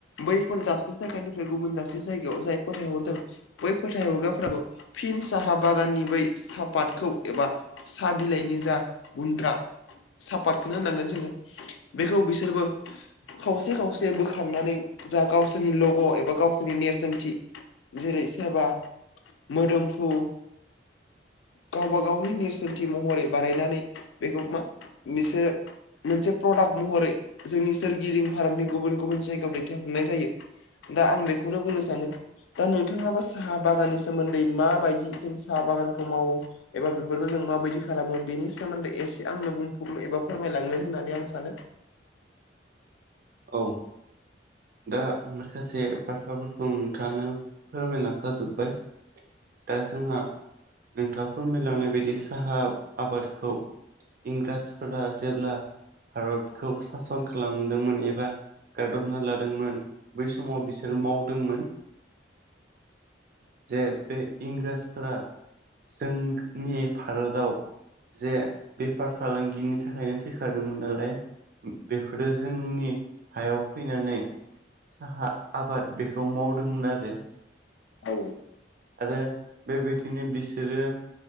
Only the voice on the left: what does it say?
बैफोर दाबसे जायगानिफ्राय गुबुन दाबसे जायगायाव जाय फोथाय हरदों बै फोथाय हरग्राफोराबो फिन साहा बागाननि बै सापातखौ एबा सा बिलाइनि जा गुन्द्रा सापातखोनो होननांगोन जोङो। बेखौ बिसोरबो खावसे खावसे बोखांनानै जा गावसोरनि लग' एबा गावसोरनि नेरसोनथि जेरै सेबा मोदोमफ्रु गावबा गावनि नेरसोनथि महरै बानायनानै बेखौ मा बिसोरो मोनसे प्रडाक्ट महरै जोंनि सोरगिदिं भारतनि गुबुन गुबुन जायगायाव दैथायहरनाय जायो। दा आं बेखौनो बुंनो सानो दा नोंथाङाबो साहा बागाननि सोमोन्दै माबायदि जों साहा बागानखौ मावो एबा बेफोरखौ जों मा बायदि खालामो। बेनि सोमोन्दै एसे आंनो बुंफुरनो एबा फोरमायलाङो होननानै आं सानो।
औ।